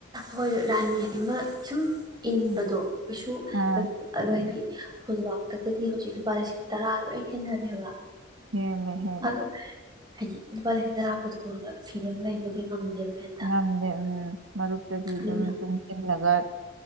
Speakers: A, on the right; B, on the right.
A: ꯍꯣꯏ ꯔꯥꯅꯤ ꯑꯃ ꯁꯨꯝ ꯏꯟꯕꯗꯣ ꯀꯩꯁꯨ <unintelligible>
B: ꯑꯥ
A: ꯐꯨꯜꯕꯥꯛꯇꯒꯗꯤ ꯍꯧꯖꯤꯛ ꯂꯨꯄꯥ ꯂꯤꯁꯤꯡ ꯇꯔꯥ ꯂꯣꯏ ꯍꯦꯟꯅꯔꯦꯕ
B: ꯍꯦꯟꯅꯦ ꯍꯦꯟ
A: ꯑꯗꯣ ꯍꯥꯏꯗꯤ ꯂꯨꯄꯥ ꯂꯤꯁꯤꯡ ꯇꯔꯥ ꯄꯨꯊꯣꯛꯑꯒ ꯐꯤ ꯑꯃ ꯂꯩꯕꯗꯤ ꯉꯝꯗꯦꯕ꯫ ꯍꯦꯛꯇ
B: ꯉꯝꯗꯦ ꯎꯝ꯫ ꯃꯔꯨꯞꯇꯗꯤ
A: ꯑꯗꯨꯅ
B: ꯑꯗꯨ ꯇꯨꯡꯁꯤ ꯂꯒ